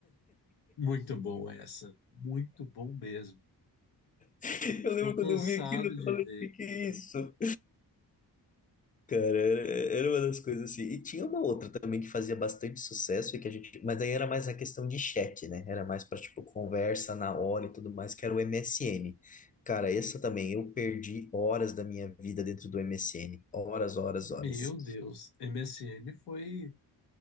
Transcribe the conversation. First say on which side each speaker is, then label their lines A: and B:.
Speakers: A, on the left (about 80°); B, on the left (about 25°).
A: Muito bom essa, muito bom mesmo.
B: <laughs> Eu
A: Estou
B: lembro
A: cansado
B: quando eu vi aquilo, eu
A: de
B: falei,
A: ver.
B: o que que é isso? Cara, era era uma das coisas assim. E tinha uma outra também que fazia bastante sucesso e que a gente, mas daí era mais a questão de chat, né? Era mais para tipo conversa na hora e tudo mais, que era o MSN. Cara, essa também, eu perdi horas da minha vida dentro do MSN, horas, horas,
A: Meu
B: horas.
A: Deus, MSN foi